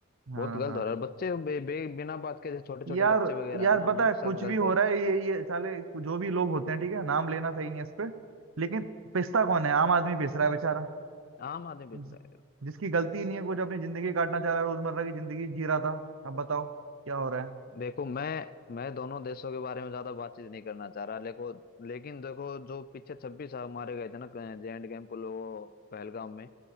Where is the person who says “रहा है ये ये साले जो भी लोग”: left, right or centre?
Right